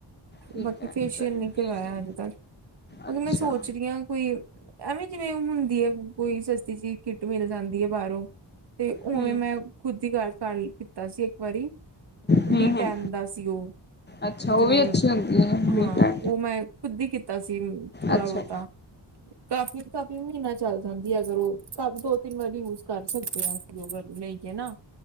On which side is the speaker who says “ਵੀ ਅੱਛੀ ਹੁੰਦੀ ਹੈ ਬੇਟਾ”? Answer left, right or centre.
Left